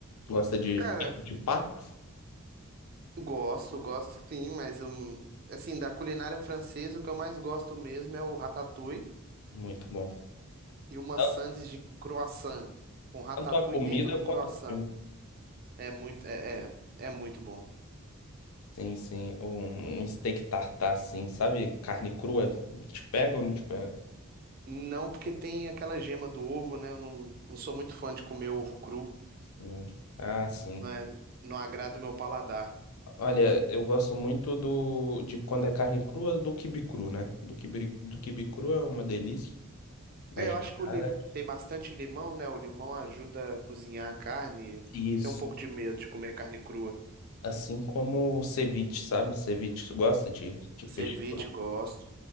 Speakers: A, on the left; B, on the right.
A: Gosta de
B: Cara,
A: peito de pato?
B: gosto, gosto sim, mas um, assim, da culinária francesa, o que eu mais gosto mesmo é o ratatouille
A: Muito bom.
B: e uma
A: Tan-
B: sandes de croissant, com ratatouille
A: Tanto a comida
B: dentro do
A: quanto
B: croissant.
A: o filme.
B: É muito, é, é, é muito bom.
A: Sim, sim, um, um steak tartar, assim, sabe? Carne crua, te pega ou não te pega?
B: Não porque tem aquela gema do ovo, né? Eu não, não sou muito fã de comer ovo cru,
A: Sim. Ah, sim.
B: né? Não agrada o meu paladar.
A: Olha, eu gosto muito do de quando é carne crua do quibe cru, né? Do quibe, do quibe cru é uma delícia, mas
B: É, eu
A: já
B: acho
A: é
B: que o li...
A: árabe.
B: tem bastante limão, né? O limão ajuda a cozinhar a carne.
A: Isso.
B: Tem um pouco de medo de comer carne crua.
A: Assim como o ceviche, sabe? Ceviche gosta de, de peixe
B: Ceviche,
A: cru,
B: gosto.